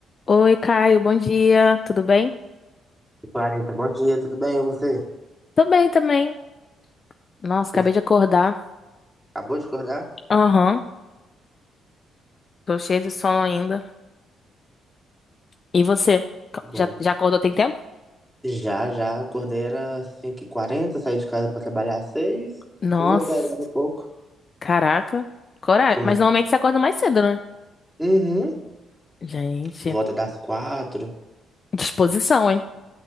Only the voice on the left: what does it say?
Oi, Caio, bom dia, tudo bem?
Tô bem também. Nossa, acabei
de acordar.
Aham, tô cheia de sono ainda. E você? Co-
Já, já acordou tem tempo?
Nossa,
caraca, coragem.
Mas normalmente você acorda mais cedo, né?
Gente,
disposição, hein?